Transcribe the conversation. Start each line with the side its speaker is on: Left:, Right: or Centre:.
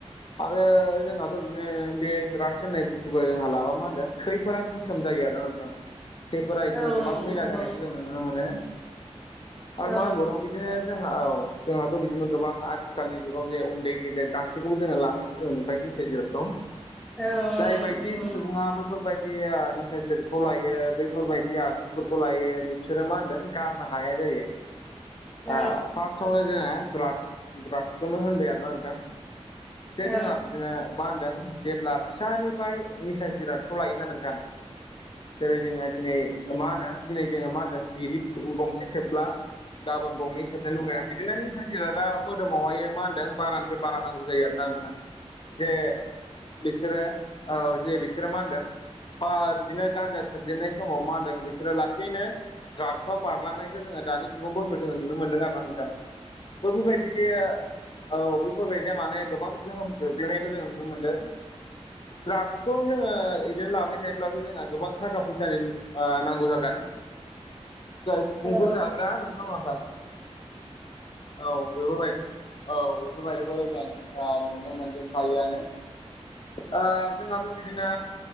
Left: आरो जोंहाथ' बिदिनो बे द्रागस होननाय बुस्थुखौ जोंहा लाबा मा होनदों थैफोरा गोसोम जायो आरोना नोंथां थैफोरा बिदिनो
Centre: औ
Left: गोबां
Centre: नंगौ
Left: मैला जानायखौ जोङो नुनो मोनो। आरो
Centre: औ
Left: मा होनबावदों बि बिदिनो जोंहा औ जोंहाथ' बिदिनो गोबां आथिखालनि जुगाव जे उन्दै गेदेर गासैखौबो जोङो लानाय ओंखायनोस जिहोथोव
Centre: औ
Left: जायबायदि
Centre: नंगौ
Left: सुबुङा बैफोरबायदि। दि निसा जतखौ लायो बैफोरबायदि आगजुफोरखौ लायो बिसोरो मा होनदों गाब नो हाया जायो ओ
Centre: औ
Left: पास थावावनो जोङो ड्राग्स ड्राग्सखौनो होनबाय आरोना नोंथां जे
Centre: औ
Left: जोंहा बिदिनो। मा होनदों जेब्ला फिसानिफ्राय निसा जिरादखौ लायोना नोंथां। जेरै जोङो दिनै मा होनो दिनै जोङो मा होनदों बिरि गंसे सोबब्ला। गाबोन गंनै सबनायनो लुगैं बिदिनो निसा जिरादा मोदोमावहाय मा होनदों बारानिफ्राय‌ बा रा नांगौ जायो आरोना नोंथां जे बिसोरो। औ जे बिसोरो मा होनदों बा बिदिनो गान्जा सबजेननाय समाव मा होनदों बिसोरो लासैनो दड्राग्सआव बारलांनाय जोङो दानि सुबुंफोरखौ जोङो नुनो मोनदों आरो ना नोंथां बैफोरबायदि औ बेफोरबायदिया माने गोबां गोहोम गोग्लैनायखौ जों नुनो मोनदों। खौ जोङो इदिनो लाबाय थायो ब्लाबो जोंहा गोबां थाखा फैसानि ओ नांगौ जागोन। सुबुंफोर
Centre: औ
Left: जाग्रा नंगौना नोंथां औ बेफोरबायदि। औ बेफोरबायदिखौ जों नुनो मोनजोबखायोआनो। ओ जोंहाथ' बिदिनो